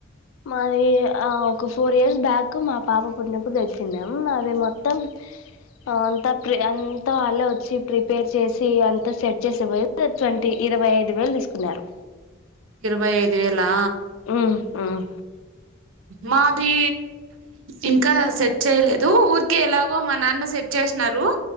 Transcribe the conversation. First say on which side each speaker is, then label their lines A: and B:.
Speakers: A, on the left; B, on the right.
A: మాది ఆ ఒక ఫోర్ ఇయర్స్ బ్యాక్ మా పాప పుట్టినప్పుడు తెచ్చినం అది మొత్తం అంతా ప్రి అంతా వాళ్ళ వచ్చి ప్రిపేర్ చేసి అంతా సెట్ చేసే పోయి ట్వంటీ ఇరవై ఐదు వేలు తీసుకున్నారు
B: ఇరవై ఐదు వేలా
A: ఉమ్ ఉమ్
B: మాది ఇంకా సెట్ చేయలేదు ఊరికే ఎలాగో మ మా అన్న సెట్ చేసినారు